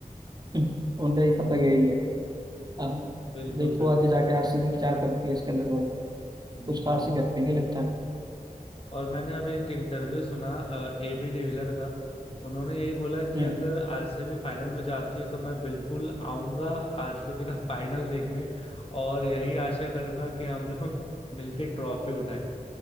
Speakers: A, on the right; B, on the left.
A: <laughs> उनका ही फतह
B: हम्म हम्म,
A: यही है अब
B: बिल्कुल
A: देखो
B: बिल्कुल
A: आगे जाके आरसीबी क्या करती है इसके अंदर भाई
B: हम्म
A: कुछ खास ही करेंगे लगता है
B: और मैंने अब एक इंटरव्यू सुना ए बी डिविलियर का उन्होंने यही बोला कि
A: हम्म
B: अगर आरसीबी फाइनल में जाती है तो मैं बिल्कुल आऊंगा आरसीबी का फाइनल देखने और यही आशा करूंगा कि हम लोग मिलके ट्रॉफी उठाएं